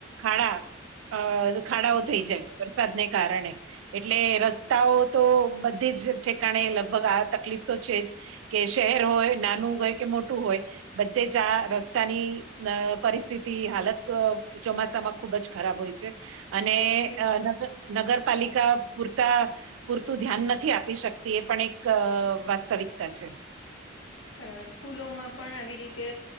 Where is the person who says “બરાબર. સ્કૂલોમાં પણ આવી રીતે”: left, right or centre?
Left